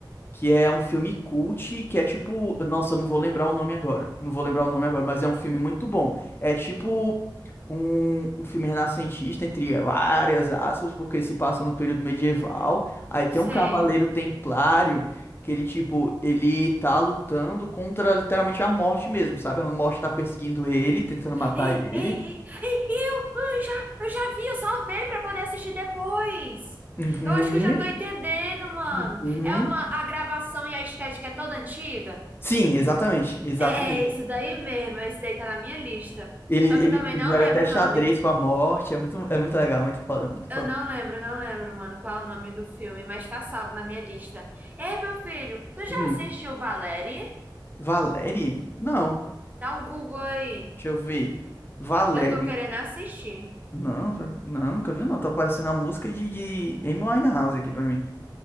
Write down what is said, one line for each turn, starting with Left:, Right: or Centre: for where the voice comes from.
Left: que é um filme cult, que é tipo, nossa, eu não vou lembrar o nome agora. Não vou lembrar o nome agora, mas é um filme muito bom. É tipo um, um filme renascentista, entre várias aspas, porque se passa no período medieval. Aí tem
Right: Sei.
Left: um cavaleiro templário que ele tipo, ele tá lutando contra literalmente a morte mesmo, sabe? A morte tá perseguindo ele, tentando matar
Right: Ei,
Left: ele.
Right: ei, ei, ei, eu, eu já, eu já vi, eu salvei pra poder assistir depois.
Left: Uhum,
Right: Eu acho que eu já tô entendendo, mano.
Left: uhum.
Right: É uma, a gravação e a estética é toda antiga?
Left: Sim, exatamente, exatamente.
Right: É, é esse daí mesmo, esse daí tá na minha lista.
Left: Ele,
Right: Só que
Left: ele,
Right: eu também
Left: ele
Right: não
Left: joga
Right: lembro
Left: até xadrez
Right: o nome.
Left: com a morte. É muito, é muito legal, muito foda, muito foda.
Right: Eu não lembro, não lembro, mano, qual é o nome do filme, mas tá salvo na minha lista. Ei, meu filho, tu já
Left: Hum,
Right: assistiu Valérie?
Left: Valérie? Não,
Right: Dá um Google aí.
Left: deixa eu ver. Valérie.
Right: Eu tô querendo assistir.
Left: Não, pra- não, nunca vi, não. Tá aparecendo a música de, de Amy Winehouse aqui pra mim.